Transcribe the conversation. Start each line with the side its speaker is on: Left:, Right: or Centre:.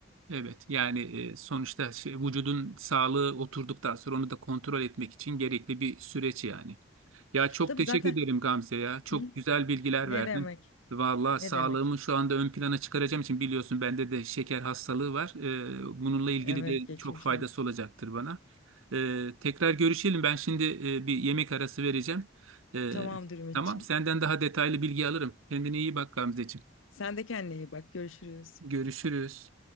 Right: Evet yani e, sonuçta şey, vücudun sağlığı oturduktan sonra onu da kontrol etmek için gerekli bir süreç yani. Ya çok
Left: Tabii
Right: teşekkür
Left: zaten
Right: ederim Gamze ya. Çok
Left: <laughs>
Right: güzel bilgiler
Left: ne
Right: verdin.
Left: demek?
Right: Vallahi
Left: Ne
Right: sağlığımı
Left: demek?
Right: şu anda ön plana çıkaracağım için biliyorsun bende de şeker hastalığı var. E, bununla ilgili
Left: Evet
Right: de
Left: geçmiş
Right: çok faydası
Left: olsun.
Right: olacaktır bana. E, tekrar görüşelim. Ben şimdi e, bir yemek arası vereceğim. E,
Left: Tamamdır Ümitçiğim.
Right: tamam senden daha detaylı bilgi alırım. Kendine iyi bak Gamzeciğim.
Left: Sen de kendine iyi bak. Görüşürüz.
Right: Görüşürüz.